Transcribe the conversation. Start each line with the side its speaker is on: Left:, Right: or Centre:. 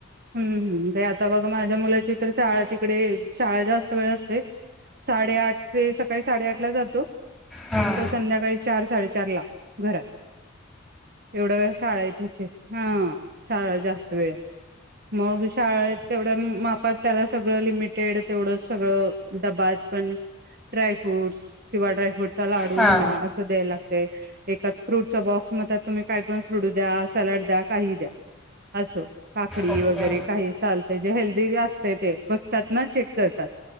Right: हम हम ते आता बघा माझ्या मुलाची तर शाळा तिकडे शाळा जास्त वेळ असते. साडेआठ ते सकाळी साडेआठ ला जातो.
Centre: हा
Right: तो संध्याकाळी चार साडे चारला घरात एवढा वेळ शाळा आहे त्याची हा शाळा जास्त वेळ मग शाळेत तेवढ्या मापात त्याला सगळं लिमिटेड तेवढं सगळं डबा पण ड्रायफ्रूटस् किंवा ड्रायफ्रूट चा लाडू
Centre: हा
Right: म्हणा असं द्याय लागतय. एकाच फ्रूटचा बॉक्स मग त्यात तुम्ही काय पण फ्रूट द्या, सॅलेड द्या, काहीही द्या असं. काकडी
Centre: ओके
Right: व घरी काही चालते जे हेल्दी जे अस ते, ते बघतात ना चेक करतात.